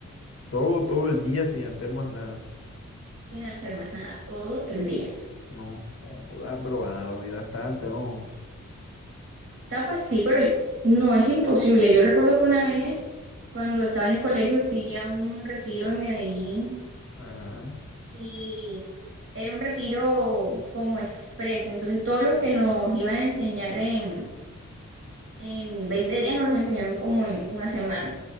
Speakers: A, on the left; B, on the right.
A: Todo, todo el día sin hacer más nada.
B: sin hacer más nada, todo el día.
A: No, joda, pero vas a dormir bastante, ¿no?
B: O sea, pues sí, pero no es imposible. Yo recuerdo que una vez, cuando estaba en el colegio, fui a un retiro en Medellín
A: Ajá.
B: y era un retiro como express. Entonces, todo lo que nos iban a enseñar en, en 20 días nos los enseñaron como en una semana.